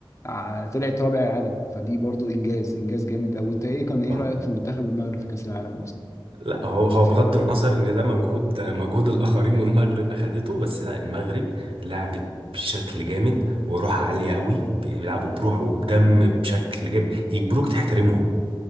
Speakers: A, on the left; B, on the right.
A: آه، طلعت رابع العالم فدي برضو انجاز انجاز جامد قوي انت ايه كان ايه
B: اه
A: رأيك في منتخب المغرب في كأس العالم اصلا
B: لا هو
A: اللي
B: هو
A: فات
B: بغض النظر إن ده مجهود مجهود الآخرين والمغرب أخدته بس لا المغرب لعبت بشكل جامد وروح عالية قوي بيلعبوا بروح وبدم بشكل جامد يجبروك تحترمهم